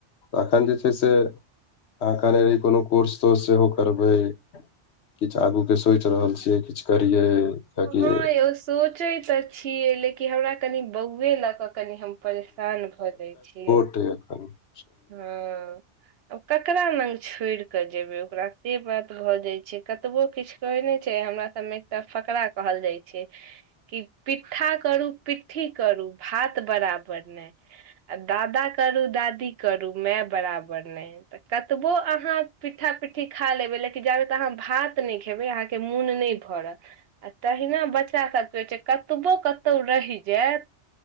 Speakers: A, on the left; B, on the right.
A: अखन जे छै से <inaudible> अहाँ कहने रही कोनो कोर्स तोर्स सेहो करबै किछ आगू केँ सोच रहल छियै किछ करियै ताकि
B: हँ यौ सोचैत तऽ छियै लेकिन हमरा कनि बौए लऽ कऽ कनि हम परेशान भऽ जाय छियै
A: ठीके कहनि
B: हँ <inaudible> अब ककरा लंग छोड़ कऽ जेबै ओकरा से बात भऽ जाय छै कतबो किछ कहै नै छै हमरा सबमे त फकरा कहल जाइ छै कि पिट्ठा करू पिट्ठी करू भात बराबर नै आ दादा करू दादी करू माँ बराबर नै त कतबो अहाँ पिठ्ठा पिट्ठी खा लेबै लेकिन जाबे त अहाँ भात नै खेबै अहाँ के मोन नहि <unintelligible> आ तहिना बच्चा सब के होइ छै क कतबो कतौ रहि जायत